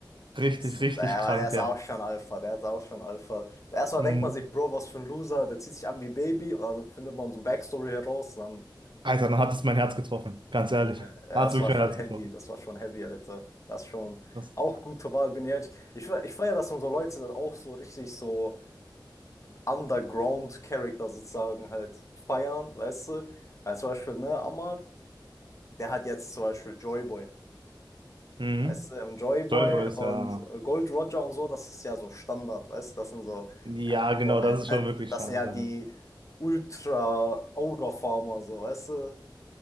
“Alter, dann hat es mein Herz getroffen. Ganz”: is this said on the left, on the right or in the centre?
Right